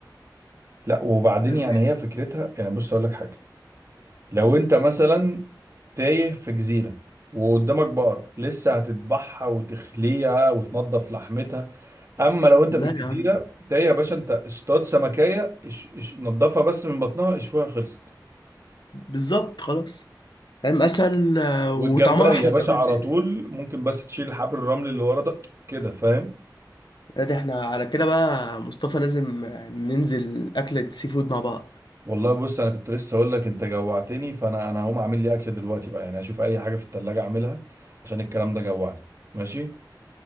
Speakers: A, on the right; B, on the left.
A: لا وبعدين
B: فاهم؟
A: يعني هي فكرتها يعني بص أقول لك حاجة لو أنت مثلا تايه في جزيرة وقدامك بقرة لسه هتذبحها وتخليها وتنضف لحمتها أما لو أنت
B: لا
A: في الجزيرة
B: يا عم
A: تايه يا باشا أنت اصطاد سمكية اش اش نضفها بس من بطنها اشويها خلصت
B: بالظبط خلاص فاهم اسهل آه،
A: والجمبري
B: وطعمها احلى
A: يا باشا
B: كمان
A: على
B: يعني
A: طول ممكن بس تشيل الحبر الرمل اللي ورا ده كده فاهم
B: لا ده احنا على كده بقى مصطفى لازم آه، ننزل اكلة سي فود مع بعض
A: والله بص انا كنت لسه اقول لك انت جوعتني فانا انا هقوم اعمل لي اكل دلوقتي بقى يعني هشوف اي حاجه في التلاجة اعملها عشان الكلام ده جوعني ماشي